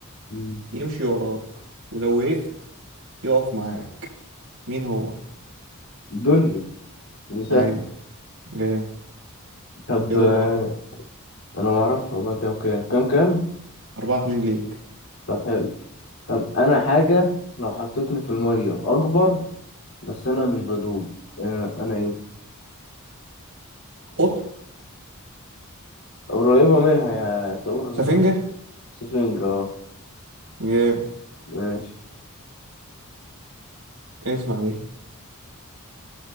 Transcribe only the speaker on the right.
يمشي وراك ولو وقفت يقف معاك مين هو
ايوه جاي
كده
اربعة
اربعة اتنين ليك
قطن
سفنجة
جاي
اسمع دي